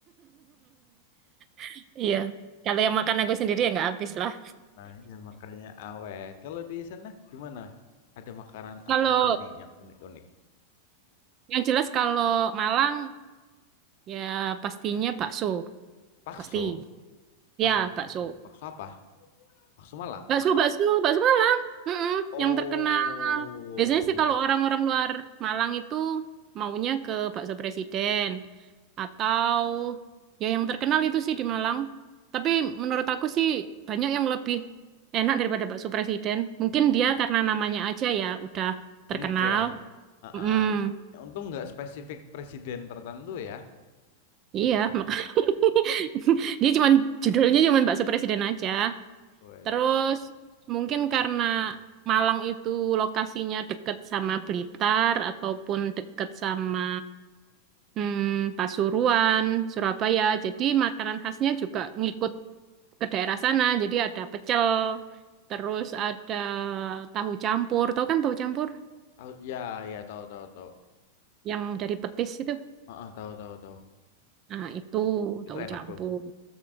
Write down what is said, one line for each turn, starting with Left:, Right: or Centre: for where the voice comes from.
Right: <laughs> Iya. Kalau yang makan aku sendiri ya nggak habis lah.
Left: Nah, ya makanya awet. Kalau di sana gimana? Ada makanan
Right: <laughs> Kalau
Left: apa aja nih yang unik-unik?
Right: yang jelas kalau Malang ya pastinya bakso.
Left: Bakso,
Right: Pasti. Ya,
Left: bakso,
Right: bakso.
Left: bakso, bakso apa? Bakso Malang.
Right: Bakso, bakso, bakso Malang. Mm-mm,
Left: Oh,
Right: yang terkenal. Biasanya
Left: oke.
Right: sih kalau orang-orang luar Malang itu maunya ke bakso presiden atau ya yang terkenal itu sih di Malang. Tapi menurut aku sih banyak yang lebih enak daripada bakso presiden. Mungkin dia karena namanya aja ya udah terkenal.
Left: Unik ya. Ah, ah,
Right: Mm,
Left: ah. Ya, Untung nggak spesifik presiden tertentu ya.
Right: iya, mak- <laughs> dia cuman judulnya cuman bakso presiden aja.
Left: Wala.
Right: Terus mungkin karena Malang itu lokasinya deket sama Blitar ataupun deket sama hmm, Pasuruan, Surabaya. Jadi makanan khasnya juga ngikut ke daerah sana. Jadi ada pecel, terus ada tahu campur. Tahu kan tahu campur
Left: Tahu ya, ya tahu tahu tahu.
Right: yang dari petis itu?
Left: Heeh, tahu tahu tahu.
Right: Nah, itu
Left: Itu itu
Right: tahu
Left: enak
Right: campur.
Left: tuh.